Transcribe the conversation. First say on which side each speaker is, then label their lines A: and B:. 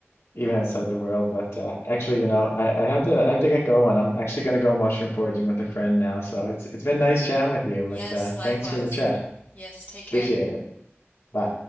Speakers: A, on the left; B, on the left.
A: even outside the world. But uh, actually, you know, I, I have to I have to get going. I'm actually gonna go mushroom foraging with a friend now. So it's it's been nice chatting with you,
B: Yes,
A: but uh,
B: likewise.
A: thanks for the chat.
B: Yes, take care.
A: Appreciate it. Bye.